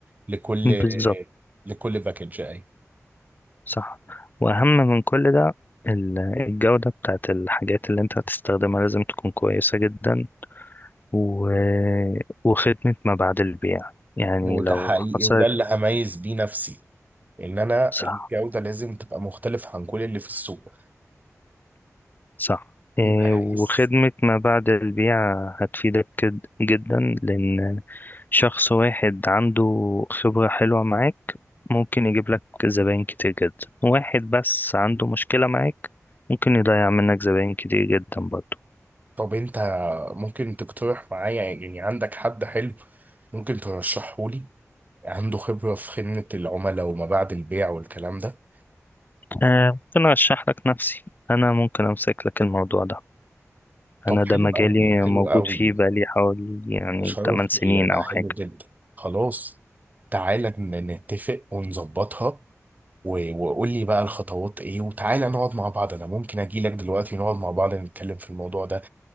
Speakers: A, on the right (about 30°); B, on the left (about 35°).
A: لكل
B: بالظبط
A: لكل باكج اي
B: صح وأهم من كل ده ال- الجودة بتاعت الحاجات اللي انت هتستخدمها لازم تكون كويسة جدا و... وخدمة ما بعد البيع يعني
A: وده
B: لو
A: حقيقي
B: حصلت
A: وده اللي هميز بيه نفسي ان انا
B: صح
A: الجودة لازم تبقى مختلفة عن كل اللي في السوق
B: صح إيه،
A: انت عايز
B: وخدمة ما بعد البيع هتفيدك جد- جدا لأن شخص واحد عنده خبرة حلوة معاك ممكن يجيب لك زباين كتير جدا واحد بس عنده مشكلة معاك ممكن يضيع منك زباين كتير جدا برضو
A: طب انت ممكن تقترح معايا يعني عندك حد حلو ممكن ترشحه لي عنده خبرة في خدمة العملاء وما بعد البيع والكلام ده
B: آه ممكن أرشح لك نفسي أنا ممكن أمسك لك الموضوع ده
A: طب
B: أنا ده
A: حلو
B: مجالي
A: قوي حلو
B: موجود
A: قوي
B: فيه بقالي حوالي يعني
A: ده شرف
B: 8 سنين
A: ليا ده
B: أو
A: حلو
B: حاجة
A: جدا خلاص تعالى ن- نتفق ونظبطها و- وقول لي بقى الخطوات ايه وتعالى نقعد مع بعض انا ممكن اجي لك دلوقتي نقعد مع بعض نتكلم في الموضوع ده